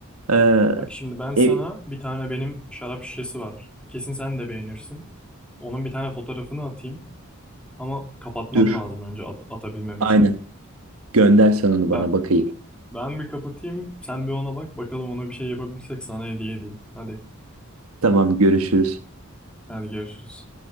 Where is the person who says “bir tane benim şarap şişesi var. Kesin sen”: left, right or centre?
Centre